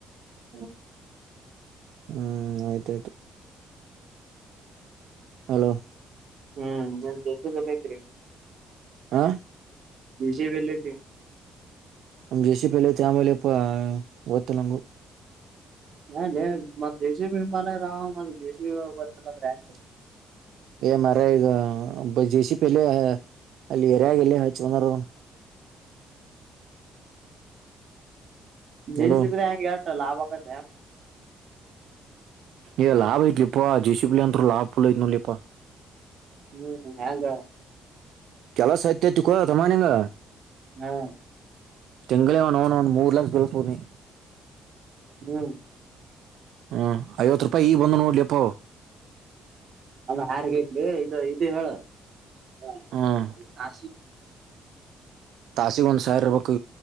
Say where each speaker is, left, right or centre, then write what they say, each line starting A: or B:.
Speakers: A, on the right; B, on the right.
A: ಹ್ಮ
B: ಹ್ಮ್ ಆಯ್ತಾಯ್ತು ಹಲೋ
A: ಹ್ಮ್ ನನ್ ಜೋಸ ಬೈತ್ರಿ
B: ಹಾ
A: ವಿಜೇಯವೆಲ್ಲಾತಿ
B: ನಮ ಜಸಿ ಪಲೆ ಆಮೇಲೆಪ್ಪ ಓದತ್ತು ನಂಗು
A: ಹಾ ಮ ಜಸಿ ಬಿಂಬಾಲೇ ರಾವ ಮ ಜಸಿ ಬತ್ತ ಬ್ರ್ಯಾಂಡ್
B: ಮರ ಇ ಒಬ್ಬ ಜೆ ಸಿ ಪಿಲ್ಲಿ ಅಲ್ಲಿ ಎರಾಗಲ್ಲಿ ಹಚ್ಚನಾರ
A: <unintelligible> ಜನ್ಸ
B: ಹಲೋ
A: ಬಿಂಗಗೆ ಯಾರ ಲಾಭಾಗ
B: ಈ ಲಾಭ ಐತಿಲಿಪ್ಪಾ ಡಿಸಿಪ್ಲಿನ್ ಅಂತೂ ಲಾಭ ಫುಲ್ ಐತ್ ನೋಡಲಿಪಾ
A: ಹ್ಮ್ ಹ್ಯಾಂಗ
B: ಕೆಲಸ ತಿತ್ತು ಕಡ ತಮಾನಿಂಗ
A: ಹ
B: ತಿಂಗಳಿನುನು ಒಂದ ಮೂರ್ ಲಕ್ಷ ದಳ ಪೂರ್ನಿ
A: ಹ್ಮ್
B: ಹ್ಮ ಐವತ್ತು ರೂಪಾಯಿ ಈ ಬಂದು ನೋಡ್ಲಿಪ್ಪ
A: ಅ ಆಾರ್ಗೇಟ್ಲಿ ಇದು ಇದು ಹೇಳ ಹ
B: ಹ್ಮ್ ತಾಸಗ ಒಂದು ಸರ್ ಇವಕ್ಕೆ